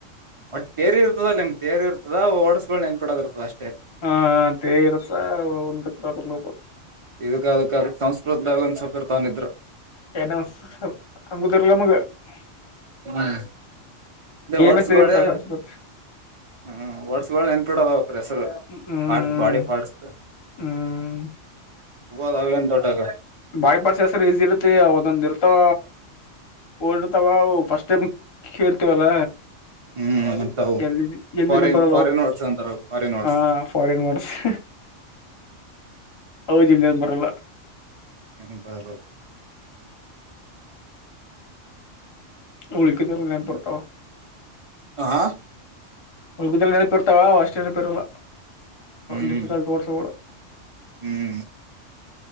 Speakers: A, on the right; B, on the left.
A: ಒಟ್ಟ ತೇರಿ ಇರ್ತದಲ್ಲ ನಿಮ್ ತೇರಿರ್ತದ ವರ್ಡ್ಸ್ ಗಳು ನೆನ್ಪಿಡದ ಇರ್ತದಷ್ಟ್
B: ಹಾ ತೇಸ ಒಂದಕ್ ಬಕೊಂಡ ಹೋಗಬ
A: ಇದಕ್ಕ ಅಕ್ಕಾಗ ಸಂಸ್ಕೃತದಾಗ ಒಂದ ಸ್ವಲ್ಪ ಇರ್ತವೆ ಹಾಗಿದ್ದರೆ
B: ನ ಸಂಗೂತಲ ಮುಗೆ <unintelligible>
A: ಹ್ಮ್ ವರ್ಡ್ಸ್
B: ಎಸ್
A: ಗಳೇ
B: ಇರುತ್ತ ಸಂಸ್ಕೃತ್
A: ಹೂ ವರ್ಡ್ಸ್ ಗಳೇ ಇಡ ಅದ ಪ್ರೆಸರ್
B: ಹ್ಮ್
A: ಪಾರ್ಟಸ್ ಬಾಡಿ ಪಾರ್್ಟಸ್
B: ಹ್ಮ್
A: <unintelligible> ಹೇಳಿಬಿದ ಅದು ಎನ್ ದೊಡ್ಡಹಗದ್ದು
B: ಬೈಪಾಸ್ ಹೆಸರು ಈಜಿ ಇರ್ತಿ ಒಂದೊಂದ ಇರ್ತವ ಓಡರ್ತಾವವು ಫಸ್ಟ್ ಟೈಮ್ ಕೇಳ್ತವಲ್ಲ
A: ಹ್ಮ್ ಅಂತವು
B: ಜಿ ಜಲ್ಿ
A: ಫಾರಿನ್
B: ನಂಬರ
A: ಫಾರಿನ್ ವರ್ಡ್ಸ್ ಅಂತಾರ ಫಾರಿನ್ ವರ್ಡ್ಸ್
B: ಹ ಫಾರಿನ್ಸ್ <unintelligible> ಹೌದಿಂಗನ್ ಬರಲ್ಲ
A: ಏನು ಬರಲ್ಲ ಅವು
B: ಉಳಿಕಿದ್ದೆಲ್ಲ ನೆನಪಿರುತ್ತ
A: ಹಾ
B: ಹಲ್ಗಿದಲ್ಲಿ ನೆನಪಿ ಇರ್ತಾವ ಅಷ್ಟೇ ನೆನಪಿರಲ್ಲ
A: ಹ್ಮ್
B: ಡಿಫಿಕಲ್ಟ್ ಓಡ್ಸ್
A: ಹ್ಮ್